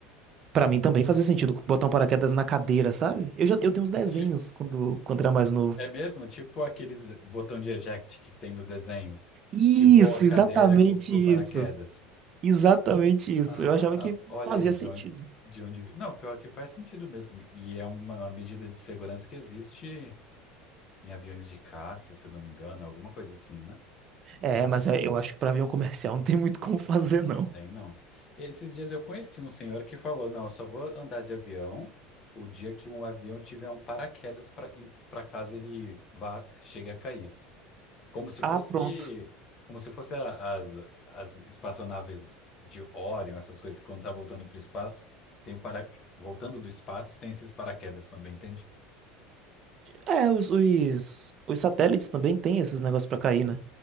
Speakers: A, on the right (about 45°); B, on the left (about 40°).
A: Pra mim também fazia sentido botar um paraquedas na cadeira, sabe? Eu já eu tenho uns desenhos
B: ti-
A: quando, quando era mais novo.
B: é mesmo? Tipo aqueles botão de eject que tem no desenho,
A: Isso,
B: que voa a cadeira
A: exatamente
B: com, com
A: isso.
B: paraquedas.
A: Exatamente isso.
B: Ah,
A: Eu achava que
B: olha
A: fazia
B: aí
A: sentido.
B: de onde, de onde... Não, pior que faz sentido mesmo. E é uma medida de segurança que existe Em aviões de caça, se eu não me engano, alguma coisa assim, né?
A: É, mas é, eu acho que pra avião comercial não tem muito como fazer, não.
B: Não tem, não. Esses dias eu conheci um senhor que falou: não, eu só vou andar de avião o dia que um avião tiver um paraquedas para para caso ele vá, chegue a cair. Como se fosse,
A: Ah, pronto.
B: como se fosse a- as, as espaçonaves de Orion, essas coisas que quando tá voltando para o espaço, tem o para, voltando do espaço, tem esses paraquedas também, entende?
A: É, os, os, os satélites também têm esses negócios pra cair, né?